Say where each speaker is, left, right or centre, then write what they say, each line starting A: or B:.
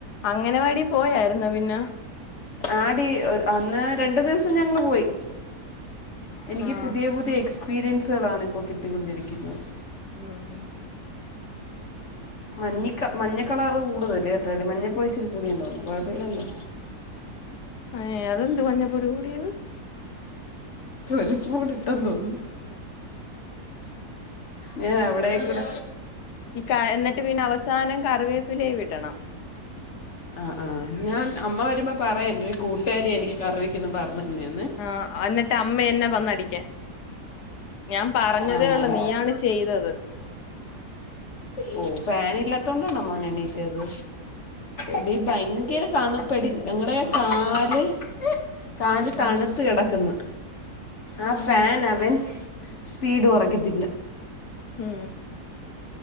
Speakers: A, on the left; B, on the left.
A: അംഗനവാടി പോയാർന്നോ പിന്നെ
B: ആടി അന്ന് രണ്ടു ദിവസം ഞങ്ങള് പോയി എനിക്ക്
A: ആഹ്
B: പുതിയ പുതിയ എക്സ്പീരിയൻസുകളാണ് ഇപ്പോൾ കിട്ടിക്കൊണ്ടിരിക്കുന്നത്
A: ഉം
B: മഞ്ഞിക്ക മഞ്ഞകളറ് കൂടുതൽ ട്ടോടി മഞ്ഞപ്പൊഴിച്ചിരി കൂടിയെന്ന് തോന്നുന്നു കുഴപ്പില്ലല്ലോ
A: അഹ്തെന്ത് മഞ്ഞപൊടി കൂടിയത്
B: ഒരു സ്പൂൺ ഇട്ടെന്ന് തോന്നുന്നു
A: ഉം
B: ഞാൻ അവിടെക്കൂട
A: ഈ ക എന്നിട്ട് പിന്നെ അവസാനം കറിവേപ്പിലേ വിടണം
B: ആഹ് ആഹ് ഞാൻ അമ്മ വരുമ്പ പറയണ്ട് കൂട്ടുകാരി എനിക്ക് കറി വെക്കുന്നെ പറഞ്ഞു തന്നേന്ന്
A: ആഹ് എന്നിട്ട് അമ്മ എന്നെ വന്നടിക്കാൻ ഞാൻ പറഞ്ഞതേ
B: ആ മോൻ
A: ഉള്ളൂ നീയാണ് ചെയ്തത്
B: ഓ ഫൻ ഇല്ലാത്തോണ്ടാണോ മോൻ എണീറ്റത് ഇടീ ഭയങ്കര തണുപ്പെടി ഞങ്ങടെ കാല് കാല് തണ്ത്ത്
A: ഉം
B: കിടക്ക്ന്ന്. ആ
A: ആഹ്
B: ഫാൻ അവൻ സ്പീഡ് കുറയ്ക്കത്തില്ല
A: ഉം